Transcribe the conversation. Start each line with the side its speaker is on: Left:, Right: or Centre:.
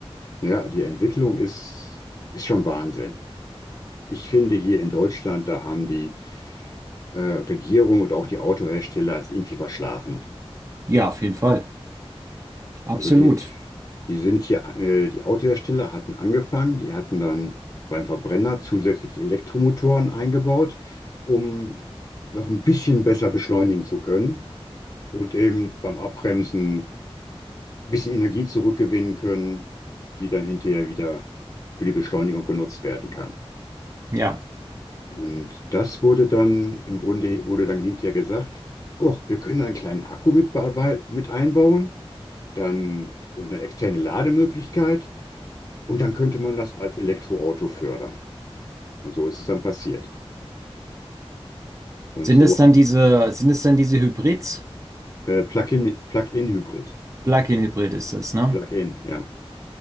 Left: Ja, die Entwicklung ist, ist schon Wahnsinn. Ich finde, hier in Deutschland, da haben die äh, Regierung und auch die Autohersteller es irgendwie verschlafen.
Right: Ja, auf jeden Fall. Absolut.
Left: Also die, die sind hier, äh, die Autohersteller hatten angefangen, die hatten dann beim Verbrenner zusätzlich Elektromotoren eingebaut, um noch ein bisschen besser beschleunigen zu können und eben beim Abbremsen ein bisschen Energie zurückgewinnen können, die dann hinterher wieder für die Beschleunigung genutzt werden kann.
Right: Ja.
Left: Und das wurde dann, im Grunde wurde dann hinterher gesagt, oh, wir können einen kleinen Akku mit, bearbei- mit einbauen, dann und eine externe Lademöglichkeit und dann könnte man das als Elektroauto fördern. Und so ist es dann passiert. Und
Right: Sind
Left: so
Right: es dann diese, sind es dann diese Hybrids?
Left: äh, Plug-in, Plug-in-Hybrid,
Right: Plug-in-Hybrid ist das, ne?
Left: Plug-in, ja.